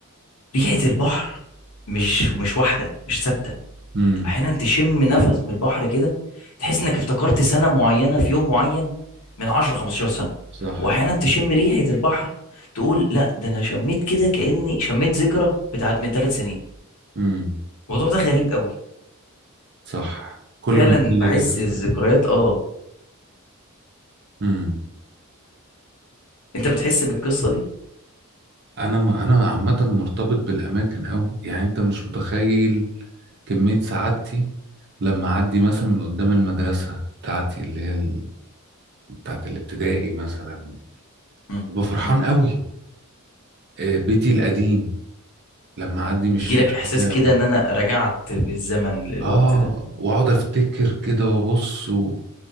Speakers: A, on the left; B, on the right.
A: ريحة البحر مش مش واحدة مش ثابتة
B: امم
A: احيانا تشم نفس من البحر كده تحس انك افتكرت سنة معينة في يوم معين من 10 15 سنة
B: صح
A: واحيانا تشم ريحة البحر تقول لا ده انا شميت كده كأني شميت ذكرى بتاعت من ثلاث سنين
B: امم
A: الموضوع ده غريب قوي
B: صح كل
A: فعلا
B: ما كان ليه
A: بحس
B: ريحه فعلا
A: الذكريات اه
B: امم
A: انت بتحس بالقصة دي
B: انا م... انا عامه مرتبط بالاماكن قوي يعني انت مش متخيل كميه سعادتي لما اعدي مثلا من قدام المدرسه بتاعتي اللي هي ال... بتاعت الابتدائي مثلا
A: مم.
B: ببقى فرحان
A: مم.
B: قوي آه، بيتي القديم لما اعدي من
A: يجيلك
B: الشارع
A: احساس
B: بتاعه
A: كده ان انا رجعت بالزمن للوقت
B: اه
A: ده
B: واقعد افتكر كده وابص و...